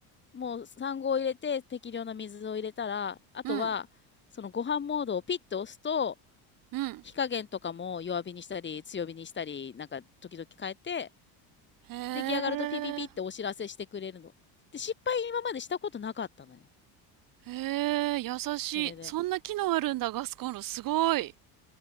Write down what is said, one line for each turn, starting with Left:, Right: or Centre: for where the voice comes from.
Left: もう産後を入れて適量な水を入れたら、あとは、
Right: うん、
Left: そのご飯モードをピッと押すと、
Right: うん。
Left: 火加減とかも弱火にしたり、強火にしたり、なんか時々変えて、
Right: へえ、
Left: 出来上がるとピピピってお知らせしてくれるの。で、失敗今までしたことなかったのよ。
Right: へえ、優しい。
Left: それで。
Right: そんな機能あるんだ、ガスコンロ。すごい。